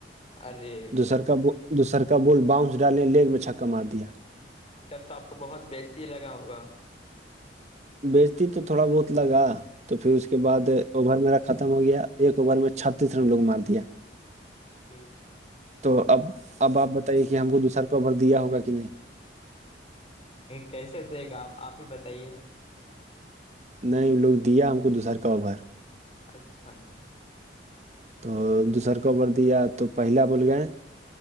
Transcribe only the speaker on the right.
دوسر کا دوسر کا بال باؤنس ڈالے لیگ میں چھکا مار دیا
بیچتی تو تھوڑا بہت لگا تو پھر اس کے بعد
اوور میرا ختم ہو گیا ایک اوور میں چھتیس رن لوگ مار دیا
تو اب اب آپ بتائیے کہ ہم کو دوسر کو ابر دیا ہوگا کہ نہیں
نہیں لوگ دیا ہم کو دوسر کا افھر
تو دوسر کبر دیا تو پہلا بول گئے